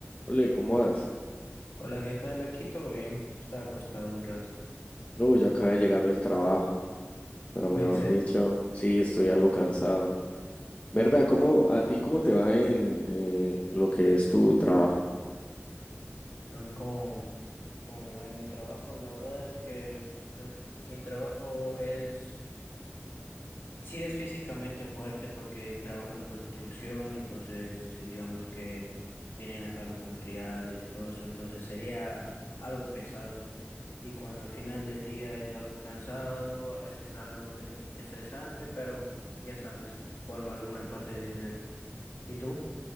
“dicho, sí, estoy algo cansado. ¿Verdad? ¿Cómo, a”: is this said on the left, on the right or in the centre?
Left